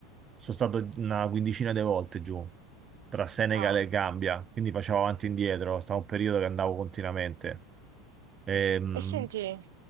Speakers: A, on the right; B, on the right.
A: sono stato una quindicina di volte giù tra Senegal
B: Ah,
A: e Gambia, quindi facevo avanti e indietro, stavo un periodo che andavo continuamente. Ehm,
B: e senti,